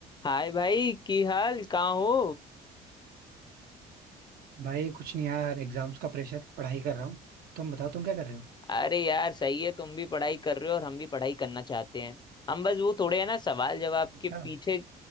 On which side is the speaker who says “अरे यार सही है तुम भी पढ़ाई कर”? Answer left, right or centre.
Left